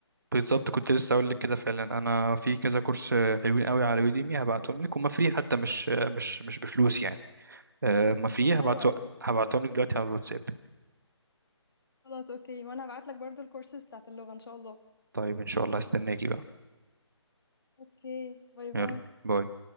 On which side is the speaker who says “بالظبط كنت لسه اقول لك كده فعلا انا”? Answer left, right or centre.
Right